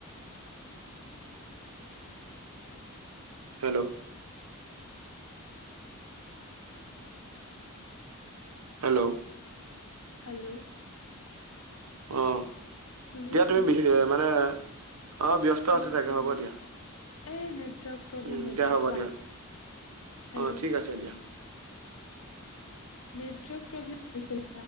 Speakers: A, on the right (about 85°); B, on the left (about 70°).
A: হেল্ল' হেল্ল'
B: হেল্ল'
A: অ',
B: শুনি
A: দিয়া
B: আছানে?
A: তুমি বিশে মানে অ', ব্যস্ত আছে
B: নহয়
A: চাগে
B: নহয়
A: হ'ব দিয়া।
B: এই নেটৱৰ্ক প্ৰব্লেম
A: উম
B: হৈ
A: দিয়া
B: গৈছিল
A: হ'ব
B: কোৱা
A: দিয়া
B: হেল্ল'
A: অ ঠিক আছে দিয়া
B: নেটৱৰ্ক প্ৰব্লেম হৈছিল।